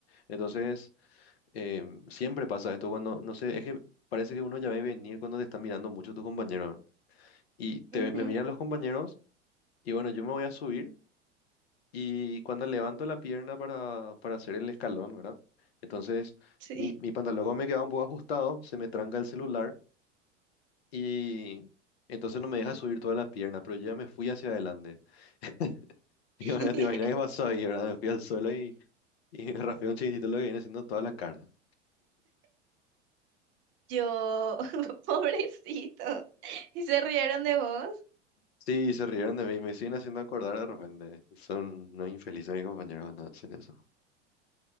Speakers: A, on the left (about 60°); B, on the right (about 30°).
A: Entonces, em, siempre pasa esto cuando, no sé, es que parece que uno ya ve venir cuando te están mirando mucho tu compañero. Y te,
B: Ujú,
A: me miran los compañeros. Y bueno, yo me voy a subir y cuando levanto la pierna para, para hacer el escalón, ¿verdad? Entonces,
B: sí.
A: mi, mi pantalón como me queda un poco ajustado, se me tranca el celular y entonces no me deja subir toda la pierna, pero yo ya me fui hacia adelante. <laughs> Y
B: <laughs>
A: bueno, te imaginas qué pasó ahí, ¿verdad? Me fui al suelo y, y <laughs> me raspé un chiquitito lo que viene haciendo toda la cara.
B: Yo, <laughs> pobrecito. ¿Y se rieron de vos?
A: Sí, se rieron de mí, me siguen haciendo acordar de repente. Son unos infelices mis compañeros cuando hacen eso.